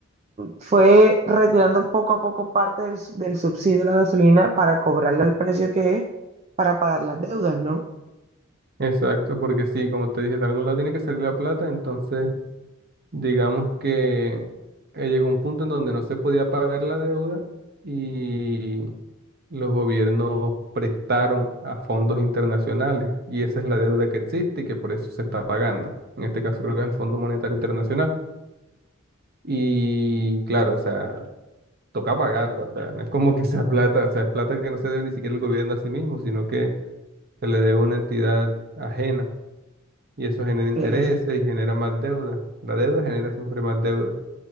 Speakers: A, on the right; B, on the right.
A: fue retirando poco a poco parte del, s- del subsidio a la gasolina para cobrarla al precio que es para pagar las deudas, ¿no?
B: Exacto, porque sí, como te dije, de algún lado tiene que salir la plata, entonces digamos que eh, llegó un punto en donde no se podía pagar la deuda y los gobiernos prestaron a fondos internacionales y esa es la deuda que existe y que por eso se está pagando. En este caso creo que es el Fondo Monetario Internacional. Y claro, o sea, toca pagarlo, o sea, no es como que sea plata, o sea, es plata que no se debe ni siquiera el gobierno a sí mismo, sino que se le debe a una entidad ajena y eso genera intereses
A: Claro.
B: y genera más deuda. La deuda genera siempre más deuda.